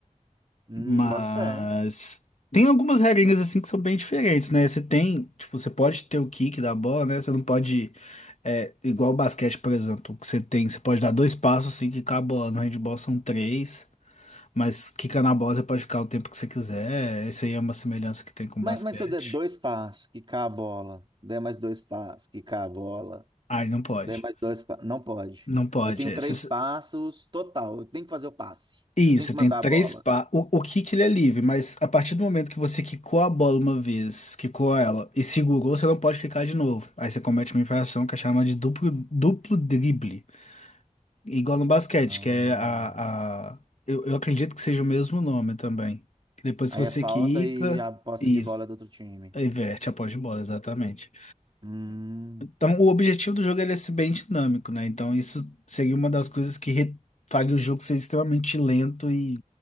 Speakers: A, on the right; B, on the left.
A: Hum,
B: Mas
A: boto fé.
B: tem algumas regrinhas assim que são bem diferentes, né? Você tem, tipo, você pode ter o kick da bola, né? Você não pode, é, igual o basquete, por exemplo, que você tem, você pode dar dois passos assim quicar a bola. No handball são três, mas quica na bola você pode ficar o tempo que você quiser. Isso aí é uma semelhança que tem com o
A: Mas,
B: basquete.
A: mas se eu der dois passos, quicar a bola, der mais dois passos, quicar a bola,
B: Ai, não pode.
A: der mais dois passos. Não pode.
B: Não pode.
A: Eu tenho três
B: É, se-
A: passos total. Eu tenho que fazer o passe.
B: Isso,
A: Eu tenho que
B: tem
A: mandar
B: três
A: a bola.
B: pa... O, o kick ele é livre, mas a partir do momento que você quicou a bola uma vez, quicou ela e segurou, você não pode quicar de novo. Aí você comete uma infração que é chamada de duplo, duplo drible. Igual no basquete,
A: Hum,
B: que é a, a... Eu, eu acredito que seja o mesmo nome também. Que depois
A: aí
B: que você
A: é falta
B: quica,
A: e a posse
B: isso,
A: de bola é do outro time.
B: inverte a posse de bola, exatamente.
A: Hum,
B: Então, o objetivo do jogo é ele ser bem dinâmico, né? Então, isso seria uma das coisas que re- faria o jogo ser extremamente lento e